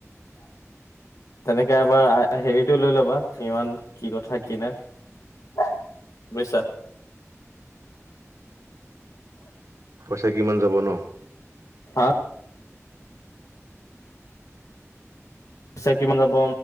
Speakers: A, on the left (about 85°); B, on the right (about 75°).
A: তেনেকে এবাৰ হেৰিতটো লৈ ল'বা ইমান কি কথা কি নাই। বুজিছা?
B: পইচা কিমান যাব ন?
A: হা পইছা কিমান যাব